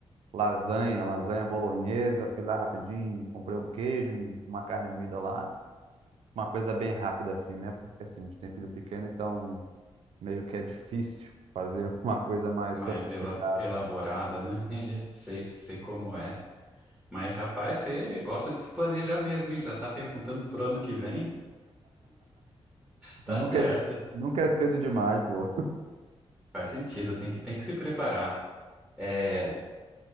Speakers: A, on the right; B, in the centre.
A: lasanha, lasanha bolonhesa, fui lá rapidinho, comprei um queijo, um- uma carne moída lá, uma coisa bem rápida assim, né? Porque assim, a gente tem filho pequeno, então meio que é difícil fazer <laughs> uma coisa mais
B: Mais
A: sofisticada.
B: elabo- elaborada, né? <laughs> Sei, sei como é. Mas, rapaz, você gosta de se planejar mesmo, hein? Já tá perguntando pro ano que vem? Tá
A: Nunca
B: certa,
A: é, nunca é cedo demais, pô.
B: faz sentido, tem que, tem que se preparar. É,